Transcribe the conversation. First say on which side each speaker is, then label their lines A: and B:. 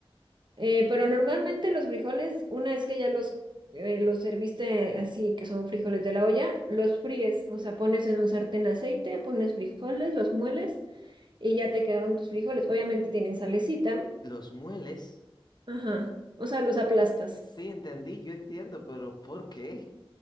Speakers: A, on the right (about 50°); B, on the left (about 45°).
A: Eh, pero normalmente los frijoles, una vez que ya los, eh, los serviste así, que son frijoles de la olla, los fríes, o sea, pones en un sartén aceite, pones frijoles, los mueles y ya te quedaron tus frijoles. Obviamente tienen salecita,
B: ¿Los mueles?
A: ajá, o sea, los aplastas,
B: Sí, entendí, yo entiendo, pero ¿por qué?